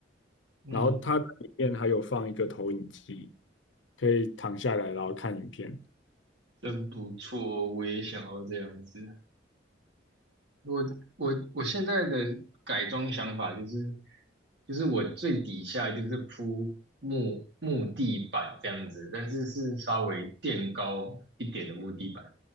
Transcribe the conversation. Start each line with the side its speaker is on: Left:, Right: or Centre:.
Right: 嗯，
Left: 然后他里面还有放一个投影机，可以躺下来然后看影片，
Right: 真不错哦，我也想要这样子。我我我现在的改装想法就是，就是我最底下就是铺木木地板这样子，但是是稍微垫高一点的木地板，